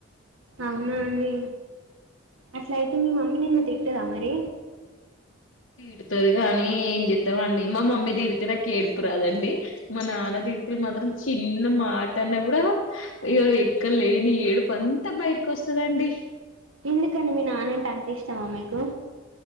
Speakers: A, on the right; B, on the left.
A: అవునా అండి అట్లా అయితే మీ మమ్మీ నిన్ను తిట్టదా మరి
B: తిడుతాది కానీ ఏం చెస్తామండి మా మమ్మీ తిడితే నాకు ఏడుపు రాదండి మా నాన్న తిడితే మాత్రం చిన్న మాట అన్న కూడా ఇక ఎక్కడ లేని ఏడుపుంతా బయటకు వస్తాద అండి
A: ఎందుకండి మీ నాన్న అంటే అంత ఇష్టమా మీకు